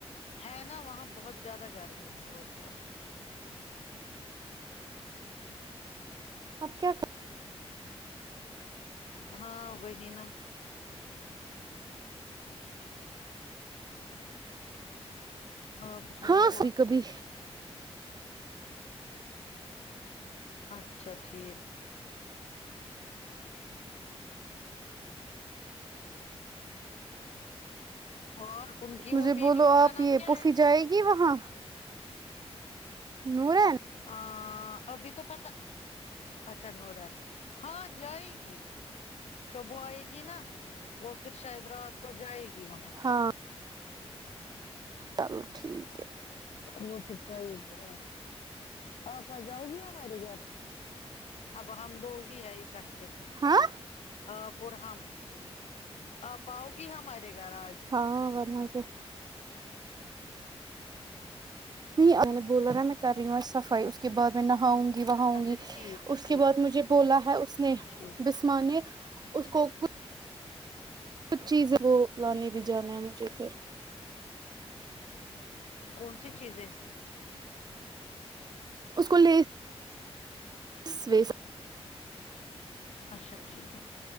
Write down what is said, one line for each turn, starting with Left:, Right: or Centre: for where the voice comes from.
Left: ہے نا وہاں بہت زیادہ گرمی ہے اور کیا
Right: اپ کیا
Left: ہاں وہی نا آپ سناؤ
Right: ہاں سی
Left: اور
Right: کبھی
Left: اچھا ٹھیک اور ان کی
Right: مجھے
Left: وہ بیٹی
Right: بولو
Left: اس کا
Right: آپ
Left: نام
Right: یہ
Left: کیا
Right: پوفی
Left: ہے
Right: جائے گی وہاں نورن
Left: ا ابھی تو پتہ اچھا تو ہا ہاں جائے گی شوبو آئے گی نا وہ پھر شاید رات کو جائے گی وہاں
Right: ہاں چلو ٹھیک ہے
Left: وہ پھر جائ <unintelligible> ے گی آپ آ جاؤ گی ہمارے گھر اب ہم دو ہی ہے ا کٹھے
Right: ہاں
Left: اپ اور ہم آپ آؤ گی ہمارے گھر آج
Right: ہاں ورنا کیا نہیں میں نے بولا نا میں کر رہی ہوں صفائی اس کے بد میں نہاؤں گی وہاں آؤں
Left: اچھا
Right: گی
Left: ٹھیک
Right: اس
Left: ٹھیک
Right: کے بعد مجھے بولا ہے اس نے
Left: ٹھیک
Right: بسما نے اس کو کچھ کچھ چیزیں وہ لانے بھی جانا ہے مجھے پھر
Left: کون سی چیزیں
Right: اسکول <unintelligible>
Left: اچھا ٹھیک ہے